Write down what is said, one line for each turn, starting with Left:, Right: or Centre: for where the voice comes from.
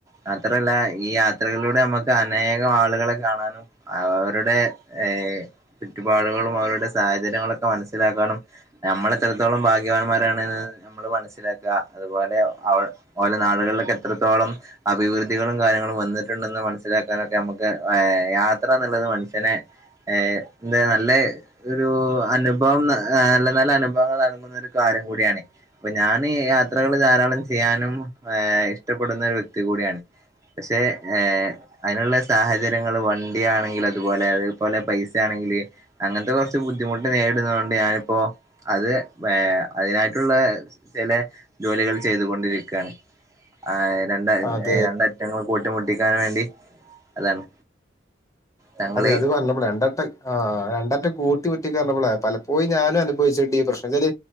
Right: മാത്രല്ല ഈ യാത്രകളിലൂടെ അമ്മക്ക് അനേകം ആളുകളെ കാണാനും അവരുടെ ഏഹ് ചുറ്റുപാകങ്ങളും അവരുടെ സാഹചര്യങ്ങളൊക്കെ മനസ്സിലാക്കാനും നമ്മളെത്രത്തോളം ഭാഗ്യവാന്മാരാണ്ന്ന് നമ്മള് മനസ്സിലാക്ക, അതുപോലെ അവ ഓലെ നാടുകളിലൊക്കെത്രത്തോളം അഭിവൃദ്ധികളും കാര്യങ്ങളും വന്നിട്ടുണ്ടെന്ന് മനസ്സിലാക്കാനൊക്കെ നമുക്ക് അയ് യാത്ര എന്ന്ള്ളത് മനുഷ്യനെ ഏയ് എന്താ നല്ല ഒരു അനുഭവം നല്ല നല്ല അനുഭവങ്ങളടങ്ങുന്ന ഒരു കാര്യം കൂടിയാണ് അപ്പൊ ഞാന് യാത്രകള് ധാരാളം ചെയ്യാനും ഏഹ് ഇഷ്ടപ്പെടുന്ന ഒരു വ്യക്തി കൂടിയാണ് പക്ഷേ ഏഹ് അയ്നുള്ള സാഹചര്യങ്ങള് വണ്ടിയാണെങ്കിലതുപോലെ അഹ്പോലെ പൈസേണെങ്കില് അങ്ങൻത്ത കൊർച്ച് ബുദ്ധിമുട്ട് നേരിട്ന്നോണ്ട് ഞാനിപ്പോ അത് ഏഹ് അയ്നായിട്ടുള്ള ചെല ജോലികൾ ചെയ്തുകൊണ്ടിരിക്കാണ് ആയ് രണ്ട്
Left: അത്
Right: രണ്ടറ്റങ്ങൾ കൂട്ടിമുട്ടിക്കാൻ വേണ്ടി അതാണ് ഞങ്ങള്
Left: അതെ അത് പർഞ്ഞപ്പള രണ്ടട്ട ആഹ് രണ്ടറ്റം കൂട്ടിമുറ്റിക്കാർണപ്പളാ പലപ്പോയും ഞാനും അനുഭവിച്ചിണ്ട് ഈ പ്രശ്നംച്ചാല്